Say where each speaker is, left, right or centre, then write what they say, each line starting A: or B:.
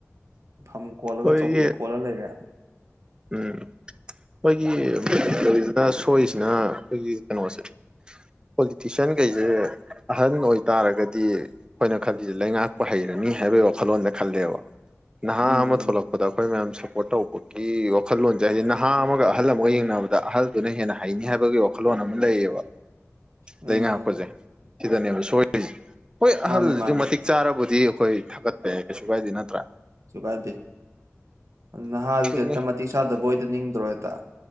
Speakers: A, on the right (about 75°); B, on the right (about 20°).
A: ꯐꯝ ꯀꯣꯜꯂꯒ
B: ꯑꯩꯈꯣꯏꯒꯤ
A: ꯆꯧꯀꯤ꯭ꯔꯤ ꯀꯣꯜꯂ ꯂꯩꯔꯦ
B: ꯎꯝ ꯍꯣꯏ <unintelligible> ꯁꯣꯏꯔꯤꯁꯤꯅ ꯑꯩꯈꯣꯏꯒꯤ ꯀꯩꯅꯣꯁꯦ ꯄꯣꯂꯤꯇꯤꯁꯤꯌꯥꯟꯈꯩꯁꯦ ꯑꯍꯟ ꯑꯣꯏꯇꯥꯔꯒꯗꯤ ꯑꯩꯈꯣꯏꯅ ꯈꯜꯂꯤꯁꯦ ꯂꯩꯉꯥꯛꯄꯨ ꯍꯩꯔꯅꯤ ꯍꯥꯏꯕꯒꯤ ꯋꯥꯈꯜꯂꯣꯟꯗ ꯈꯜꯂꯦꯕ ꯅꯍꯥ
A: ꯎꯝ
B: ꯑꯃ ꯊꯣꯛꯂꯛꯄꯗ ꯑꯩꯈꯣꯏ ꯃꯌꯥꯝ ꯁꯨꯞꯄꯣꯔꯠ꯭ ꯇꯧꯕꯒꯤ ꯑꯩꯒꯤ ꯋꯥꯈꯜꯂꯣꯟꯁꯦ ꯍꯥꯏꯗꯤ ꯅꯍꯥ ꯑꯃꯒ ꯑꯍꯜ ꯑꯃꯒ ꯌꯦꯡꯅꯕꯗ ꯑꯍꯜꯗꯨꯅ ꯍꯦꯟꯅ ꯍꯩꯅꯤ ꯍꯥꯏꯕꯒꯤ ꯋꯥꯈꯜꯂꯣꯟ ꯑꯃ ꯂꯩꯌꯦꯕ
A: ꯎꯝ
B: ꯂꯩ ꯉꯥꯛꯄꯁꯦ ꯁꯤꯗꯅꯦꯕ ꯁꯣꯏꯔꯤꯁꯦ ꯍꯣꯏ ꯑꯍꯜꯗꯨꯁꯨ
A: ꯃꯥꯅꯦ ꯃꯥꯅꯦ
B: ꯃꯇꯤꯛ ꯆꯥꯔꯕꯗꯤ ꯑꯩꯈꯣꯏ ꯊꯥꯒꯠꯄꯦ ꯀꯩꯁꯨ ꯀꯥꯏꯗꯦ ꯅꯠꯇ꯭ꯔꯥ
A: ꯂꯩꯁꯨ ꯀꯥꯏꯗꯦ ꯅꯍꯥꯁꯤꯗ
B: ꯑꯗꯨꯅꯤ
A: ꯍꯦꯛꯇ ꯃꯇꯤꯛ ꯆꯥꯗꯕ ꯍꯗ ꯅꯤꯡꯗ꯭ꯔꯣ ꯍꯦꯛꯇ